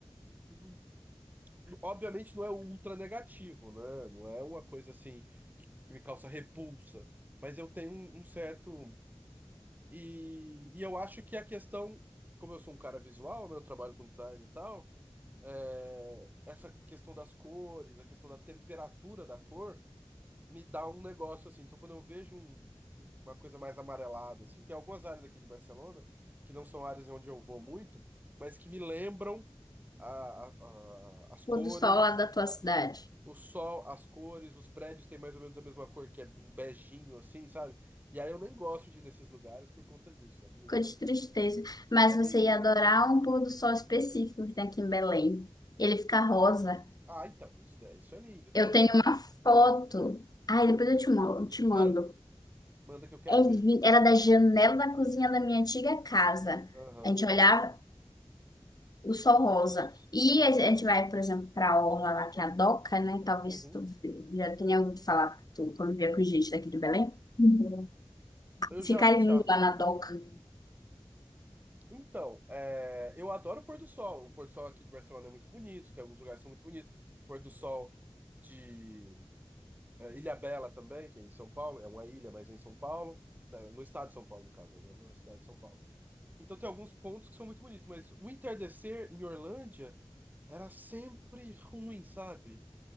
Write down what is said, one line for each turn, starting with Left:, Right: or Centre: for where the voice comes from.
Right: e- e tudo- Obviamente não é ultra negativo, né? Não é uma coisa assim que me causa repulsa, mas eu tenho um, um certo. E, e eu acho que a questão, como eu sou um cara visual, né? Eu trabalho com design e tal, é, essa questão das cores, a questão da temperatura da cor me dá um negócio assim. Então, quando eu vejo um- um, uma coisa mais amarelada, assim, tem algumas áreas aqui de Barcelona que não são áreas onde eu vou muito, mas que me lembram a- a- a- as cores,
Left: Pôr do sol lá da tua cidade.
Right: o sol, as cores, os prédios têm mais ou menos a mesma cor, que é um beijinho assim, sabe? E aí eu nem gosto de ir nesses lugares por conta disso, sabia?
Left: Ficou de tristeza. Mas
Right: É
Left: você
Right: meio bizarro.
Left: ia adorar um pôr do sol específico que tem aqui em Belém. Ele fica rosa.
Right: Ah, então, isso é, isso é lindo. Não,
Left: Eu tenho
Right: tipo,
Left: uma foto. Ai, depois eu te mando, te mando.
Right: manda, manda que eu quero
Left: É vi-
Right: ver.
Left: era da janela da cozinha da minha antiga casa.
Right: Aham.
Left: A gente olhava o sol rosa. E a gente vai, por exemplo, para a orla lá, que é a Doca, né? Talvez
Right: Uhum.
Left: tu já tenha ouvido falar, tu convivia com gente daqui de Belém. Uhum.
Right: Eu
Left: Fica
Right: já, já
Left: lindo lá na Doca.
Right: Então, é, eu adoro o pôr do sol. O pôr do sol aqui de Barcelona é muito bonito, tem alguns lugares que são muito bonitos. O pôr do sol de é, Ilhabela também, que é em São Paulo, é uma ilha, mas é em São Paulo, né, no estado de São Paulo, no caso, né, na cidade de São Paulo. Então tem alguns pontos que são muito bonitos, mas o entardecer em Orlândia era sempre ruim, sabe?